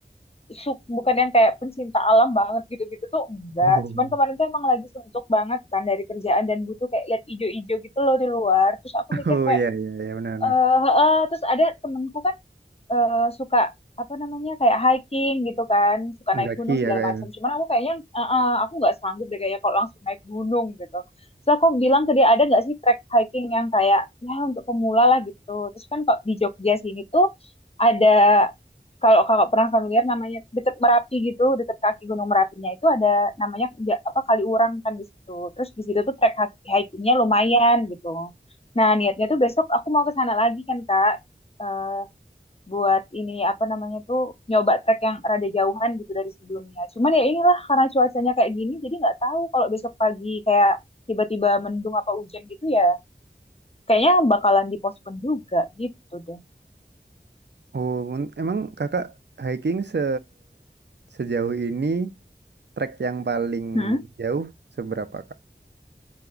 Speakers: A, on the left; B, on the right.
A: su- bukan yang kayak pencinta alam banget gitu-gitu tuh enggak.
B: Oh.
A: Cuman kemarin
B: <laughs>
A: tuh emang lagi suntuk banget kan dari kerjaan dan butuh kayak lihat ijo-ijo gitu loh di luar. Terus aku mikir
B: Oh
A: kayak,
B: iya iya iya benar-benar.
A: eh, eh, eh, terus ada temenku kan eh, suka apa namanya kayak hiking gitu kan, suka
B: Mendaki
A: naik gunung segala
B: ya kak
A: macam.
B: ya.
A: Cuman aku kayaknya eh, eh, aku nggak sanggup deh kayaknya kalau langsung naik gunung gitu. Terus aku bilang ke dia ada nggak sih trek hiking yang kayak ya untuk pemula lah gitu. Terus kan kok di Jogja sini tuh ada kalau kakak pernah familiar namanya deket Merapi gitu, deket kaki Gunung Merapinya itu ada namanya ja- apa kali Urang kan di situ. Terus di situ tuh trek hak- hikingnya lumayan gitu. Nah niatnya tuh besok aku mau ke sana lagi kan kak. Eh, buat ini apa namanya tuh nyoba trek yang rada jauhan gitu dari sebelumnya. Cuman ya inilah karena cuacanya kayak gini jadi nggak tahu kalau besok pagi kayak tiba-tiba mendung apa hujan gitu ya kayaknya bakalan dipospon juga gitu deh.
B: Oh, men- emang kakak hiking se sejauh ini trek yang paling
A: Hmm?
B: jauh seberapa kak?